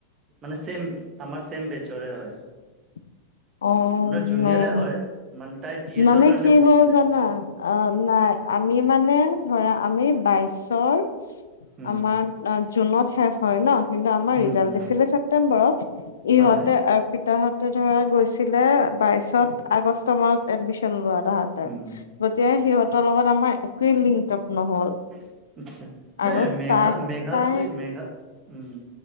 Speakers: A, on the right; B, on the left.
A: মানে চম আমাৰ চম বেচৰে হয়।
B: <inaudible> অ',
A: আপোনাৰ জুনিয়ৰে
B: নাই। নাই।
A: হয় মানে তাই জি এছৰ
B: মানে
A: কাৰণে
B: কি
A: উঠিছিলে
B: হ'ল জানা? অ', নাই। আমি মানে ধৰা আমি বাইশৰ
A: উম
B: আমাৰ জুনত শেষ হয়। ন কিন্তু আমাৰ
A: উম
B: ৰিজাল্ট
A: হয়
B: দিছিলে ছেপ্তেম্বৰত। ইহঁতে
A: হয়
B: আৰু পিতাহঁতে ধৰা ছিলে বাইশত আগষ্ট মানত এডমিশন লোৱা তাহাঁতে
A: উম
B: গতি সিহঁতৰ লগত আমাৰ একোৱেই লিংক আপ নহল।
A: আ',
B: আৰু
A: নাই। মেঘা
B: তাই
A: মেঘাশ্ৰী
B: তাই
A: মেঘ উ',